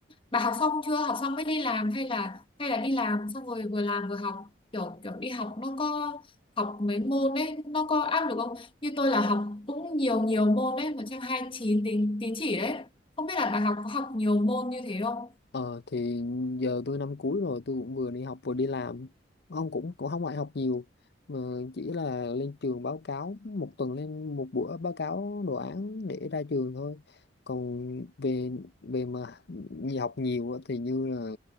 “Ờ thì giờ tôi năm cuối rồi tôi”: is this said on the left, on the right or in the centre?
Left